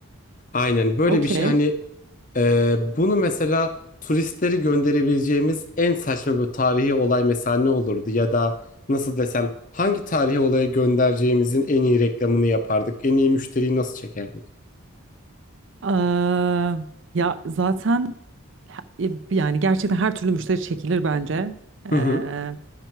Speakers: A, on the left (about 35°); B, on the right (about 55°).
A: Aynen böyle
B: Okey.
A: bir şey hani Ee, bunu mesela turistleri gönderebileceğimiz en saçma bir tarihi olay mesela ne olurdu ya da nasıl desem hangi tarihi olaya göndereceğimizin en iyi reklamını yapardık, en iyi müşteriyi nasıl çekerdik?
B: Aa, ya zaten he- e, yani gerçekten her türlü müşteri çekilir bence. Ee,
A: Hı hı,